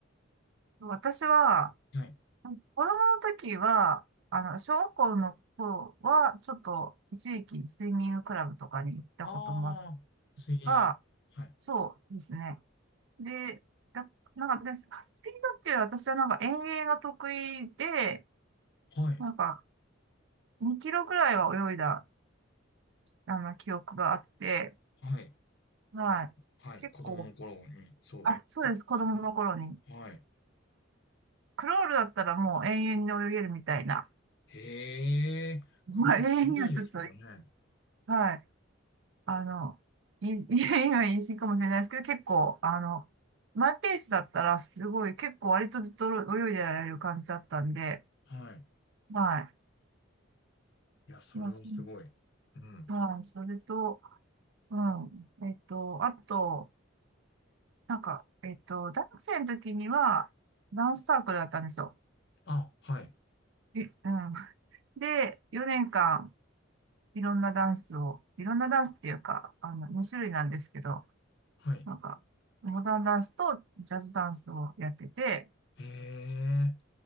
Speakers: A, on the right; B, on the left.
A: 私は、
B: はい。
A: 子供の時は、あの、小学校の頃は、ちょっと一時期スイミングクラブとかに行ったこともあっ
B: ああ、水泳。
A: たが、
B: はい。
A: そうですね。で、やなんかで、スピードっていうのは私はなんか遠泳が得意で、
B: はい。
A: なんか2キロぐらいは泳いだ、あの、記憶があって、
B: はい。
A: はい。
B: はい。
A: 結構、
B: 子供の頃に、そうってことね。
A: あ、そうです、子供の頃に。
B: はい。
A: クロールだったらもう永遠に泳げるみたいな。
B: へえ、
A: まあ、
B: クロールしんどいですけどね。
A: <laughs> 永遠にはちょっと、はい。あの、い、<laughs> いやいや言い過ぎかもしれないですけど、結構、あの、マイペースだったら、すごい、結構割とずっと泳いでられる感じだったんで、
B: はい。
A: は
B: いや、それはすごい。
A: い。まあ、そ、
B: うん。
A: はい、それと、うん。えっと、あと、なんか、えっと、大学生の時には、ダンスサークルだったんですよ。
B: あ、はい。
A: え、うん。で、4年間、いろんなダンスを、いろんなダンスっていうか、あの、2種類なんですけど、
B: はい。
A: なんか、モダンダンスとジャズダンスをやってて、
B: へえ、